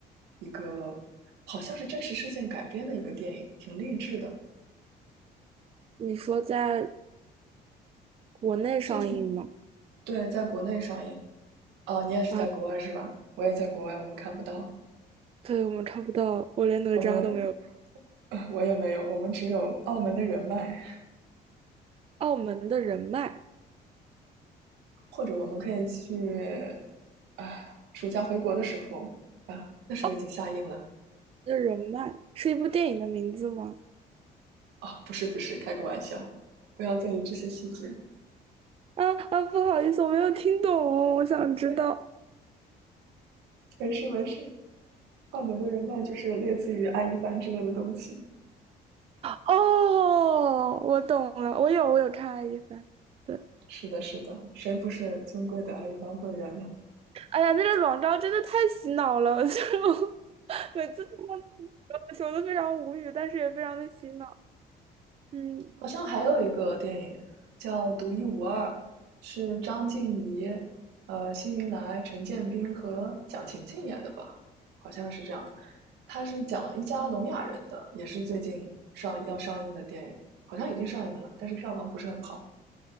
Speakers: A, on the right; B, on the right.
A: 一个，好像是真实事件改编的一个电影，挺励志的。
B: 你说在国内上映吗？
A: 最近对，在国内上映。啊，你也是在国外是吧？
B: 啊，
A: 我也在国外，我们看不到，
B: 对，我们看不到，我连哪吒都没有。
A: 我们，<laughs> 呃我也没有，我们只有澳门的人脉。
B: 澳门的人脉，
A: 或者我们可以去啊，暑假回国的时候啊，那时候已经下映了
B: 澳门的人脉是一部电影的名字吗？
A: 哦，不是不是，开个玩笑，不要在意这些细节。
B: 啊啊，不好意思，我没有听懂哦，我想知道。
A: 没没事没事，澳门的人脉就是类似于阿一帆之类的东西。
B: 哦，我懂了，我有我有看爱一番，对，
A: 是的，是的，谁不是尊贵的阿一帆会员呢？
B: 哎呀，那个广告真的太洗脑了，就 <laughs> 每次听到那个广告的时候都非常无语，但是也非常的洗脑。嗯，
A: 好像还有一个电影叫《独一无二》，是张婧仪、呃辛云来、陈建斌和蒋勤勤演的吧？好像是这样。他是讲一家聋哑人的，也是最近上要上映的电影，好像已经上映了，但是票房不是很好。